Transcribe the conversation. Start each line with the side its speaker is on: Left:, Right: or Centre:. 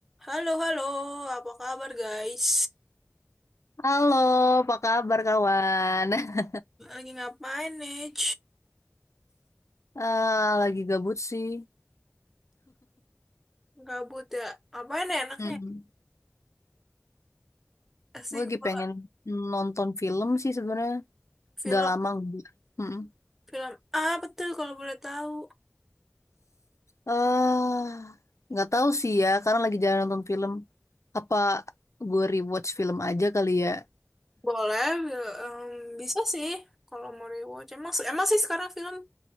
Centre: Halo, halo, apa kabar guys?
Left: Halo, apa kabar kawan? <laughs>
Centre: Lagi ngapain nih?
Left: Eh, lagi gabut sih.
Centre: Gabut ya? Ngapain ya enaknya?
Left: Mm-mm.
Centre: Kasih
Left: Gue lagi
Centre: gue
Left: pengen nonton film sih sebenarnya.
Centre: film,
Left: Udah lama gue. Mm-mm.
Centre: film apa tuh kalau boleh tahu?
Left: Eh, nggak tahu sih ya, karena lagi jalan nonton film. Apa gue rewatch film aja kali ya?
Centre: Boleh, bi- em, bisa sih kalau mau rewatch. Emang, emang sih sekarang film